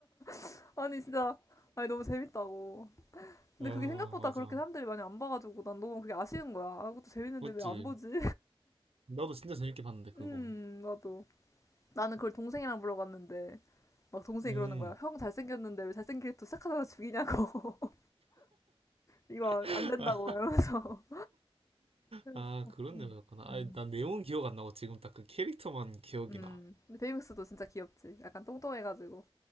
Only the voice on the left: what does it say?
<laughs> 아니, 진짜. 아니, 너무 재밌다고. 근데
그게 생각보다
그렇게 사람들이 많이 안 봐가지고 난 너무 그게 아쉬운 거야. 아, 그것도 재밌는데
왜 안 보지?
음, 나도. 나는 그걸 동생이랑 보러 갔는데, 막 동생이
그러는 거야. 형 잘생겼는데 왜 잘생길 또 착하다가 죽이냐고. <laughs> 이거
안 된다고,
이러면서. 그래서,
음,
음.
근데 베이맥스도 진짜 귀엽지. 약간 똥똥해가지고.